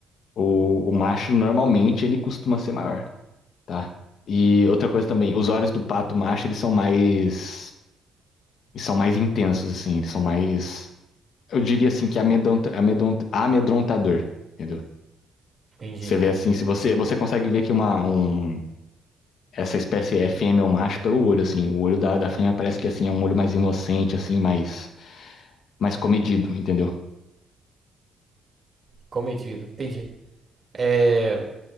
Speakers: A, on the left; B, on the right.
A: o, o macho normalmente ele costuma ser maior, tá? E outra coisa também, os olhos do pato macho eles são mais, eles são mais intensos, assim, eles são mais, eu diria assim que amedronta, amedronta, amedrontador, entendeu?
B: Entendi,
A: Você
B: entendi.
A: vê assim, se você, você consegue ver que uma, um, essa espécie é fêmea ou macho pelo olho, assim, o olho da, da fêmea parece que assim é um olho mais inocente, assim, mais, mais comedido, entendeu?
B: Comedido, entendi. É,